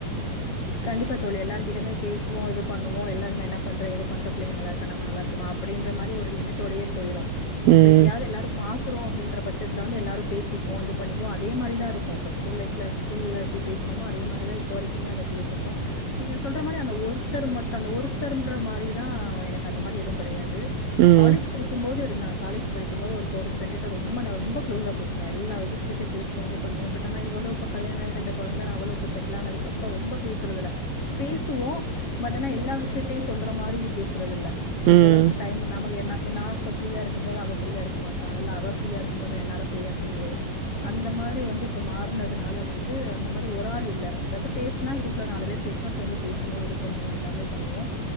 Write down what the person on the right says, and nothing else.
ம்
ம்
ம்